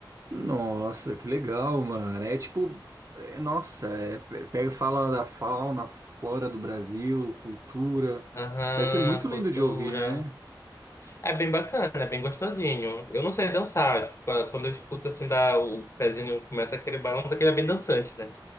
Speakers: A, on the right (about 40°); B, on the left (about 35°).
A: Nossa, que legal, mano. É tipo, é, nossa, é, pe- pega e fala da fauna, flora do Brasil, cultura.
B: Aham,
A: Deve ser muito lindo
B: cultura.
A: de ouvir, né?
B: É bem bacana, é bem gostosinho. Eu não sei dançar, tipo, qua- quando eu escuto assim, dá, o pezinho começa aquele balanço, aquele é bem dançante, né?